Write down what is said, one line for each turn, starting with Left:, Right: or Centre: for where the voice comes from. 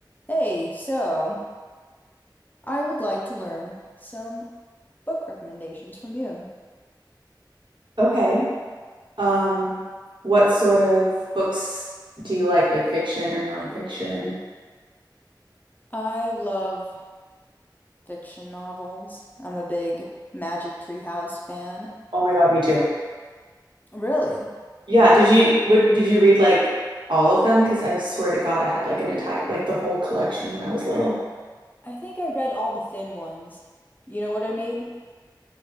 Left: Hey, so I would like to learn some book recommendations from you.
Right: Okay. Um, what sort of books do you like, like fiction or nonfiction?
Left: I love fiction novels. I'm a big Magic Tree House fan.
Right: Oh my God, me too.
Left: Really?
Right: Yeah, did you what did you read like all of them? Because I swear to God, I had like an entire like the whole collection when I was little.
Left: I think I read all the thin ones. You know what I mean?